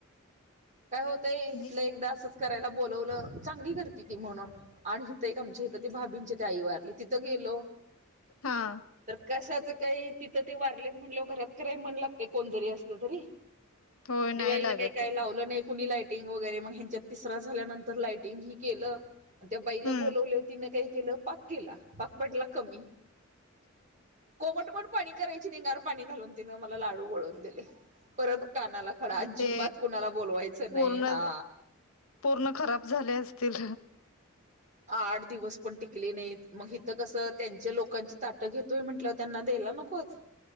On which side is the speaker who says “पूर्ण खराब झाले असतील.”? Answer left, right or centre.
Left